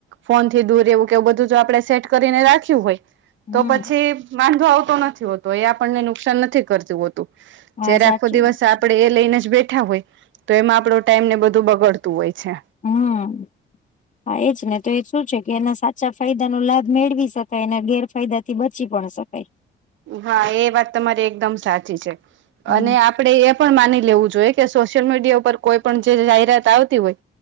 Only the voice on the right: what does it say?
ફોન થી દૂર એવું કે એવ બધું જો આપડ સેટ કરીને રાખ રાખ્યું હોય
તો પછી વાંધો આવતો નથી હોતો એ આપણને નુકસાન નથી કરતું હોતું
જયારે
આખો દિવસ
આપડે એ લઈને જ બેઠા હોય તો એમાં આપણો ટાઈમ ને બધું બગડતું હોય છે
હા એ વાત તમારી એકદમ સાચી છે.
અને આપ પણે એ પણ માની લેવું જોઈએ કે સોશિયલ મીડિયા ઉપર કોઈ પણ જે જાહેરાત આવતી હોય